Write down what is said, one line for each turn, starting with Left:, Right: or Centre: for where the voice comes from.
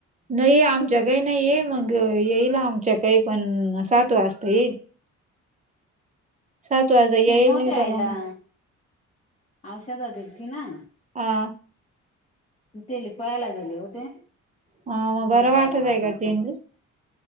Right: नाहीे आमच्या काही नाहीय मग येईल आमच्या काही पण सात वाजता येईल सात वाजता येईल
Left: ते मोठ्या
Right: नाही तर
Left: आईला
Right: मग
Left: औषध दिलती ना
Right: हा
Left: तेली पहायला गेले होते म्हणला
Right: हा मग बरं वाटत
Left: बरा वाटलं
Right: आहे त्यांनी
Left: का